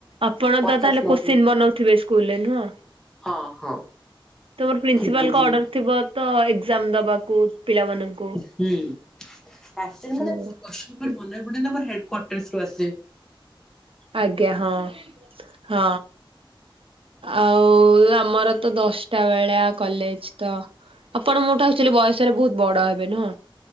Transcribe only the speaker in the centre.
ପଚାଶ
ମାର୍କିଂ।
ହଁ ହଁ
ଠିକ ବୁଝିଲୁ
ହୁଁ ଫାଟାଇମିରେ
କୋଉ ଚି ଗୋଟେ ଆମର ହେଡ କଟର ରୁ ଆସେ।